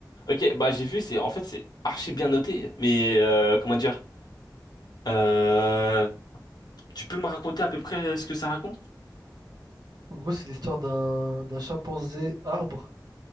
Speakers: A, on the left; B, on the right.
A: Ok, bah j'ai vu, c'est en fait c'est archi bien noté, mais euh, comment dire? euh, Tu peux me raconter à peu près ce que ça raconte?
B: En gros, c'est l'histoire d'un d'un chimpanzé arbre